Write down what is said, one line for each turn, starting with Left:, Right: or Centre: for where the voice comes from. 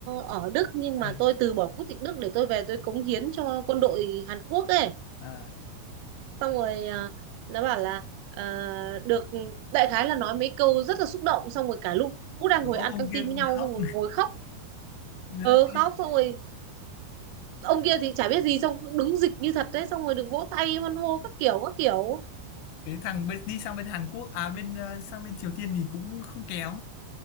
Right: ở Đức nhưng mà
Left: à,
Right: tôi từ bỏ quốc tịch Đức để tôi về tôi cống hiến cho quân đội Hàn Quốc ấy
Left: à.
Right: xong rồi à, nó bảo là à, được đại khái là nói mấy câu rất là xúc động xong rồi cả lúc lũ đang
Left: Ông,
Right: ngồi
Left: ông
Right: ăn căng tin
Left: kia
Right: với nhau
Left: khóc
Right: xong rồi ngồi khóc
Left: <laughs>
Right: ờ khóc xong rồi ông kia thì chả biết gì xong cứ đứng dịch như thật đấy xong rồi được vỗ tay hoan hô các kiểu các kiểu
Left: cái thằng bên, đi sang bên Hàn Quốc à bên ờ, sang bên Triều Tiên thì cũng không kém